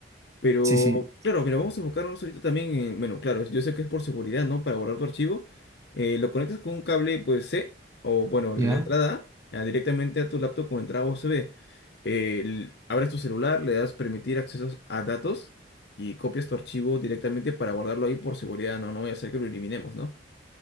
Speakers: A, on the left (about 65°); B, on the right (about 15°).
A: Pero,
B: Sí, sí,
A: claro, pero vamos a enfocarnos ahorita también en, bueno, claro, yo sé que es por seguridad, ¿no? Para guardar tu archivo, eh, lo conectas con un cable, pues, C, o bueno,
B: ya.
A: la entrada A, a directamente a tu laptop con entrada USB. Eh, l- abres tu celular, le das permitir accesos a datos y copias tu archivo directamente para guardarlo ahí por seguridad, ¿no? No voy a hacer que lo eliminemos, ¿no?